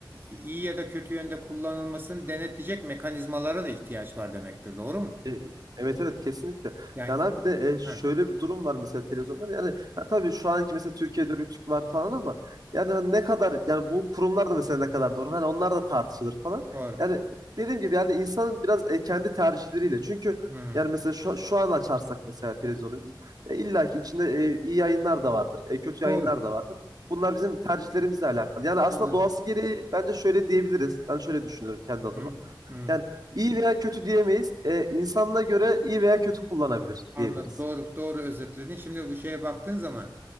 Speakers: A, on the right; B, on the right.
A: iyi ya da kötü yönde kullanılmasını denetleyecek mekanizmalara da ihtiyaç var demektir. Doğru mu?
B: E, e, Evet evet kesinlikle.
A: Yani
B: Yani abi bir de e, şöyle
A: ha,
B: bir durum var mesela televizyonda. Yani ha, tabii şu anki mesela Türkiye'de Rütük var falan ama yani hani ne kadar yani bu kurumlar da mesela ne kadar doğru. Hani onlar da tartışılır falan.
A: doğru.
B: Yani dediğim gibi yani insanın biraz e, kendi tercihleriyle. Çünkü
A: Hmm,
B: yani mesela şu, şu an açarsak mesela televizyonu biz e, illa ki içinde e, iyi yayınlar da vardır. E, kötü
A: doğru.
B: yayınlar da vardır. Bunlar bizim tercihlerimizle alakalı. Yani aslında
A: Anladım.
B: doğası gereği bence şöyle diyebiliriz. Ben şöyle düşünüyorum kendi adıma.
A: Hı, hı,
B: Yani iyi veya kötü diyemeyiz. E, insanına göre iyi veya kötü kullanabilir
A: anladım.
B: diyebiliriz.
A: Doğru, doğru özetledin. Şimdi bu şeye baktığın zaman